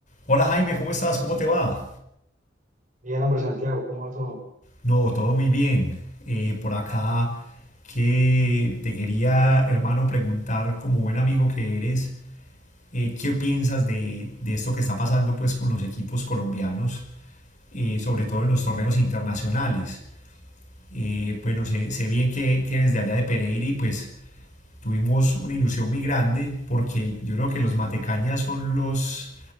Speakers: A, on the left; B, on the right.
A: Hola Jaime, ¿cómo estás? ¿Cómo te va?
B: Bien, hombre, Santiago, ¿cómo va todo?
A: No, todo muy bien. Eh, por acá que te quería, hermano, preguntar como buen amigo que eres, eh, ¿qué piensas de, de esto que está pasando pues con los equipos colombianos, eh, sobre todo en los torneos internacionales? Eh, bueno, sé, sé bien que, que eres de allá de Pereira y pues tuvimos una ilusión muy grande porque yo creo que los matecañas son los